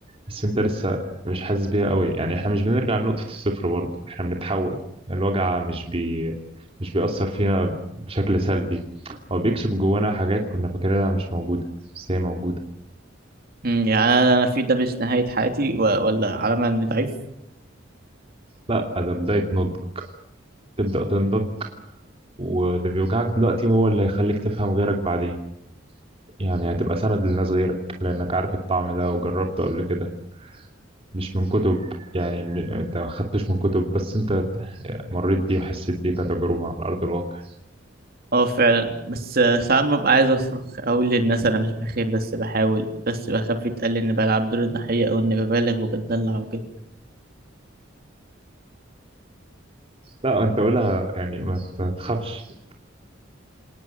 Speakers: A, on the right; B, on the right.
A: بس انت لسه مش حاسس بيها قوي يعني احنا مش بنرجع لنقطه الصفر برضه احنا بنتحول الوجع مش بي مش بيأثر فينا بشكل سلبي هو بيكشف جوانا حاجات كنا فاكرينها مش موجوده بس هي موجوده
B: امم يعني انا أنا في ده مش نهاية حياتي و- ولا علامة اني ضعيف
A: لا ده بدايه نضج تبدأ تنضج واللي بيوجعك دلوقتي هو اللي هيخليك تفهم غيرك بعدين يعني هتبقى سند لناس غيرك لأنك عارف الطعم ده وجربته قبل كده مش من كتب يعني م- أنت ما خدتش من كتب بس أنت مريت بيه وحسيت بيه كتجربة على أرض الواقع
B: اه فعلا بس آه، ساعات ببقى عايز اصرخ اقول للناس انا مش بخير بس بحاول بس بخاف يتقال اني بلعب دور الضحية او اني ببالغ وبتدلع وكده
A: لا أنت قولها يعني ما ما تخافش